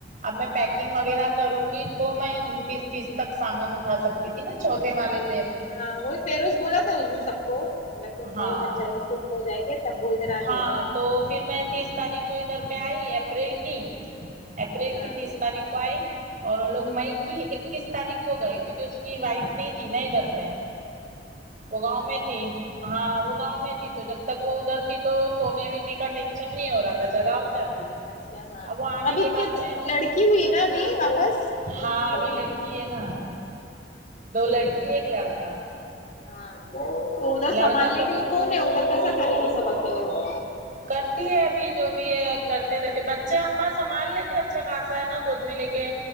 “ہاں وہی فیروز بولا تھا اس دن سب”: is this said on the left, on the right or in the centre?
Left